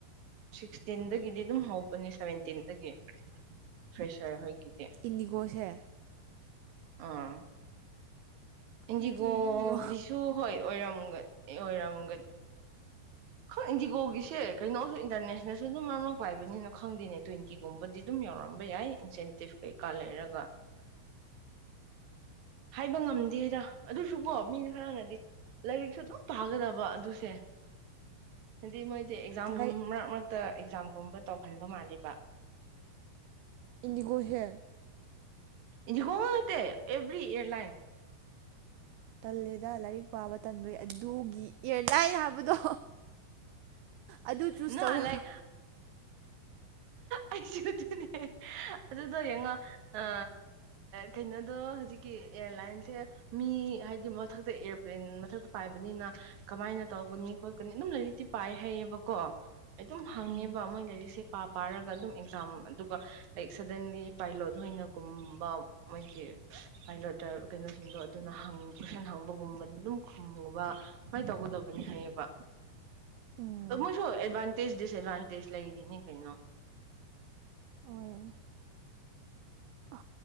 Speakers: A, on the right (about 55°); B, on the right (about 80°).
A: ꯁꯤꯛꯁꯇꯤꯟꯗꯒꯤꯗꯤ ꯑꯗꯨꯝ ꯍꯧꯕꯅꯦ ꯁꯦꯚꯦꯟꯇꯤꯟꯗꯒꯤ ꯐ꯭ꯔꯦꯁꯔ ꯍꯣꯏꯒꯤꯗꯤ
B: ꯏꯟꯗꯤꯒꯣꯁꯦ
A: ꯑꯥ
B: ꯑꯗꯨꯗꯤ
A: ꯏꯟꯗꯤꯒꯣꯒꯤꯁꯨ
B: ꯍꯦꯟꯃꯟꯗ꯭ꯔꯣ
A: ꯍꯣꯏ ꯑꯣꯏꯔꯝꯒꯅꯤ ꯑꯣꯏꯔꯝꯒꯅꯤ ꯈꯪ ꯏꯁꯤꯀꯣꯒꯤꯁ ꯀ ꯀꯩꯅꯣꯁꯨ ꯏꯟꯇꯔꯅꯦꯁꯅꯦꯜ ꯑꯗꯨꯝ ꯃꯔꯥꯡ ꯄꯥꯏꯕꯅꯤꯅ ꯈꯪꯗꯦꯅꯦ ꯇ꯭ꯋꯦꯟꯇꯤꯒꯨꯝꯕꯗꯤ ꯑꯗꯨꯝ ꯌꯥꯎꯔꯝꯕ ꯌꯥꯏ ꯏꯟꯁꯦꯟꯇꯤꯞ ꯀꯩꯀꯥ ꯂꯩꯔꯒ
B: <inaudible>
A: ꯍꯥꯏꯕ ꯉꯝ ꯑꯗꯨꯗ ꯑꯗꯨꯁꯨꯀꯣ ꯃꯤꯅ ꯈꯔꯅꯗꯤ ꯂꯥꯏꯔꯤꯛꯁꯨ ꯑꯗꯨꯝ ꯄꯥꯒꯗꯕ ꯑꯗꯨꯁꯦ ꯍꯥꯏꯗꯤ ꯃꯣꯏꯗꯤ ꯑꯦꯛꯖꯥꯝ
B: ꯂꯥꯏꯛ
A: ꯃꯔꯛ ꯃꯔꯛꯇ ꯑꯦꯛꯖꯥꯝꯒꯨꯝꯕ ꯇꯧꯍꯟꯕ ꯃꯥꯜꯜꯂꯤꯦꯕ
B: ꯏꯅꯤꯒꯍꯦ
A: ꯏ ꯀꯣ ꯑꯦꯕ꯭ꯔꯤ ꯑꯦꯔꯂꯥꯏꯟ
B: ꯇꯜꯂꯦꯗ ꯂꯥꯏꯔꯤꯛ ꯄꯥꯕ ꯇꯟꯕꯩ ꯑꯗꯨꯒꯤ ꯏꯌꯥꯔ ꯂꯥꯏꯟ ꯍꯥꯏꯕꯗꯣ ꯑꯗꯨ ꯆꯨꯁ
A: ꯅꯣꯠ
B: ꯇꯧꯔꯒ
A: ꯂꯥꯏꯛ ꯑꯩꯁꯨ ꯑꯗꯨꯅꯦ ꯑꯗꯨꯗꯣ ꯌꯦꯡꯉꯣ ꯑ ꯀꯩꯅꯣꯗꯣ ꯍꯧꯖꯤꯛꯀꯤ ꯑꯦꯌꯥꯔꯂꯥꯏꯟꯁꯦ ꯃꯤ ꯍꯥꯏꯗꯤ ꯃꯊꯛꯇ ꯑꯦꯔꯣꯄ꯭ꯂꯦꯟ ꯃꯊꯛꯇ ꯄꯥꯏꯕꯅꯤꯅ ꯀꯃꯥꯏꯅ ꯇꯧꯒꯅꯤ ꯈꯣꯠꯀꯅꯤ ꯑꯗꯨꯝ ꯂꯩꯔꯤ ꯄꯥꯏ ꯍꯥꯏꯩꯌꯦꯕꯀꯣ ꯑꯩ ꯑꯗꯨꯝ ꯍꯪꯉꯦꯕ
B: ꯎꯝ
A: ꯃꯣꯏ ꯂꯩꯔꯤꯁꯦ ꯄꯥ ꯄꯥꯔꯒ ꯑꯗꯨꯝ ꯑꯦꯛꯖꯥꯝ ꯑꯗꯨꯒ ꯂꯥꯏꯛ ꯁꯗꯟꯂꯤ ꯄꯥꯏꯂꯣꯗꯅꯒꯨꯝꯕ ꯃꯣꯏꯒꯤ ꯄꯥꯏꯂꯣ ꯀꯩꯅꯣꯁꯤꯡꯗꯣ ꯑꯗꯨꯅ ꯇꯨꯏꯁꯟ ꯍꯪꯕꯒꯨꯝꯕ ꯑꯗꯨꯝ ꯈꯨꯝꯕ ꯀꯃꯥꯏ ꯇꯧꯒꯗꯕꯅꯤ ꯍꯥꯏꯌꯦꯕ
B: <inaudible> ꯎꯝ
A: ꯃꯣꯏꯁꯨ ꯑꯦꯗꯚꯥꯟꯇꯦꯖ ꯗꯤꯁꯑꯦꯠꯚꯥꯟꯇꯦꯖ ꯂꯩꯔꯤꯅꯤ ꯀꯩꯅꯣ
B: ꯍꯣꯏ ꯑ